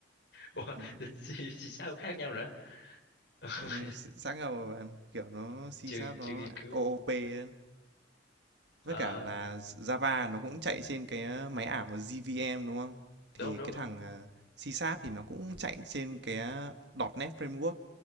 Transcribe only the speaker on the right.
ừm,
ừm, sáng nào bạn, kiểu, nó C-Sharp
nó
OOP hơn.
Với cả là Java nó cũng chạy trên cái, ờ, máy ảo JVM, đúng không?
Thì
cái
thằng, à, C-Sharp thì nó cũng chạy trên cái, a, .NET Framework.